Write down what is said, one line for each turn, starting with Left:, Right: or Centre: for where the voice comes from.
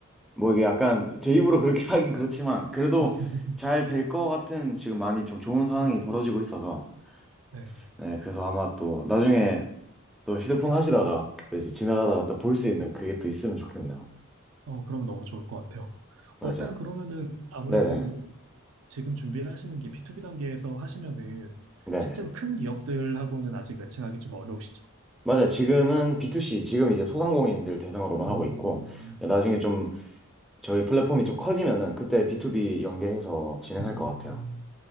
Centre: 뭐 이게 약간 제 입으로 그렇게 <laughs> 하긴 그렇지만 그래도
Right: <laughs>
Centre: 잘 될 것 같은 지금 많이 좀 좋은 상황이 벌어지고 있어서
Right: 네.
Centre: 네, 그래서 아마 또 나중에 또 휴대폰 하시다가 또 이제 지나가다가 또 볼 수 있는 그게 또 있으면 좋겠네요.
Right: 어, 그러면 너무 좋을 것 같아요.
Centre: 맞아요.
Right: 어, 일단 그러면은 아무래도
Centre: 네네.
Right: 지금 준비를 하시는 게 B2B 단계에서 하시면은
Centre: 네네.
Right: 실제로 큰 기업들하고는 아직 매칭하기 좀 어려우시죠?
Centre: 맞아. 지금은 B2C, 지금 이제 소상공인들 대상으로만
Right: 음,
Centre: 하고 있고, 나중에 좀 저희 플랫폼이 좀 커지면은 그때 B2B 연계해서 진행할
Right: 음,
Centre: 것 같아요.